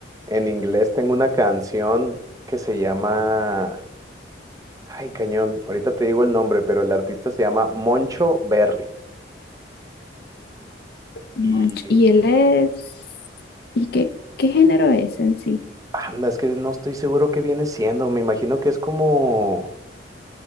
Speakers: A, on the right; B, on the left.
A: en inglés tengo una canción que se llama. Ay, cañón, ahorita te digo el nombre, pero el artista se llama Moncho Berry.
B: Monch.
A: Y
B: Y él es... ¿Y qué, qué género es en sí?
A: Anda, es que no estoy seguro qué viene siendo. Me imagino que es como...